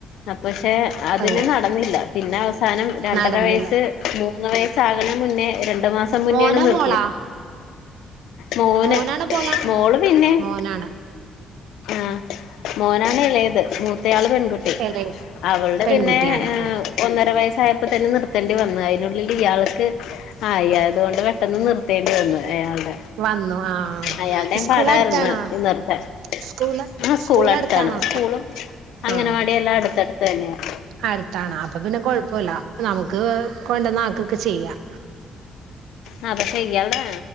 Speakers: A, on the left; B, on the right.
A: അ പഷെ അതിന്
B: ഉവ്വ്
A: നടന്നില്ല പിന്നെ അവസാനം രണ്ടര
B: നടന്നില്ല.
A: വയസ്സ് മൂ ഒന്നാം വയസ്സ് ആവുണേന് മുന്നേ രണ്ടു മാസം മുന്നോണ്
B: മോനാ
A: നിർ
B: മോളാ?
A: മോന്
B: മോനാണോ മോളാ?
A: മോള് പിന്നേം
B: മോനാണ്.
A: ആഹ് ആഹ് മോനാണ് എളയത് മൂത്തയാള് പെൺകുട്ടി
B: എളയത്
A: അവളുടെ
B: പെൺകുട്ടിയാണ്.
A: പിന്നെ ഏഹ്
B: ഉം
A: ഒന്നര വയസ്സായപ്പോ തന്നെ നിർത്തേണ്ടി വന്നു അതിനുള്ളിലിയാൾക്ക് ആയി അതുകൊണ്ട് <unintelligible> പെട്ടെന്ന് നിർത്തേണ്ടി വന്നു അയാൾടെ,
B: വന്നു ആഹ്
A: അയാൾടെയും
B: സ്കൂള്
A: പാടായിരുന്ന്
B: അടുത്താണോ?
A: നിർത്താൻ.
B: സ്കൂള്
A: ആ സ്കൂളടുത്താണ്
B: സ്കൂള് അടുത്താണോ?
A: സ്കൂളും അങ്ങനവാടിയെല്ലാം
B: ആഹ് ന്ന്
A: അടുത്തടുത്തന്നെയാണ്.
B: അടുത്താണ് അപ്പൊ പിന്നെ കൊഴപ്പൊല്ല നമുക്ക് കൊണ്ടന്നാക്കൊക്കെ ചെയ്യാം.
A: ആഹ് പക്ഷെ ഇയാളുടെ